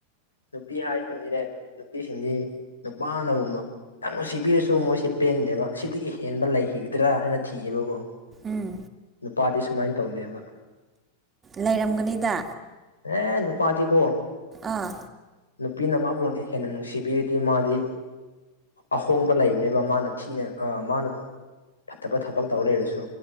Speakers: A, on the left; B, on the right.
A: ꯅꯨꯄꯤ ꯍꯥꯏꯔꯤꯁꯤꯡꯁꯤꯗ ꯅꯨꯄꯤꯁꯤꯡꯗꯤ ꯅꯨꯄꯥꯅꯒꯨꯝꯕ ꯌꯥꯝ ꯅꯨꯡꯁꯤꯕꯤꯔꯁꯨ ꯃꯣꯏꯁꯤ ꯄꯦꯟꯗꯦꯕ ꯁꯤꯗꯒꯤ ꯍꯦꯟꯕ ꯂꯩꯈꯤꯒꯗ꯭ꯔꯥ ꯍꯥꯏꯅ ꯊꯤꯑꯕꯀꯣ
B: ꯎꯝ
A: ꯅꯨꯄꯥꯗꯤ ꯁꯨꯃꯥꯏꯅ ꯇꯧꯗꯦꯕ
B: ꯂꯩꯔꯝꯒꯅꯤꯗ
A: ꯍꯦ ꯅꯨꯄꯥꯇꯤ ꯀꯣ꯫
B: ꯑꯥ
A: ꯅꯨꯄꯤꯅ ꯃꯥꯕꯨꯨ ꯍꯦꯟꯅ ꯅꯨꯡꯁꯤꯕꯤꯔꯗꯤ ꯃꯥꯗꯤ꯫ ꯑꯍꯣꯡꯕ ꯂꯩꯕꯅꯦꯕ ꯃꯥꯅ ꯊꯤꯅ ꯑ ꯃꯥꯅ ꯐꯠꯇꯕ ꯊꯕꯛ ꯇꯧꯔ ꯂꯩꯔꯁꯨ꯫